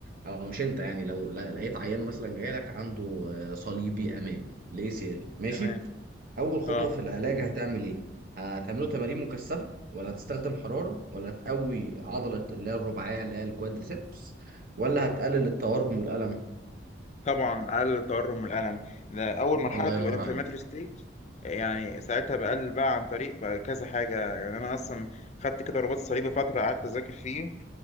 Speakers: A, on the right; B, on the left.
A: او مش انت يعني لو لا- لقيت عيان مثلا جاي لك عنده آه، صليبي امامي الاي سي ال ماشي
B: تمام
A: اول خطوه
B: اه
A: في العلاج هتعمل ايه هتعمله تمارين مكثفه ولا هتستخدم حراره ولا تقوي عضله اللي هي الرباعيه اللي هي الكوادريسبس ولا هتقلل التورم والالم
B: طبعا اقل التورم والالم ده اول مرحله
A: الله
B: بتبقى
A: ينور
B: الانفلاماتوري
A: عليك
B: ستيج يعني ساعتها بقلل بقى عن طريق بقى كذا حاجه يعني انا اصلا خدت كده رباط صليبي فتره قعدت اذاكر فيه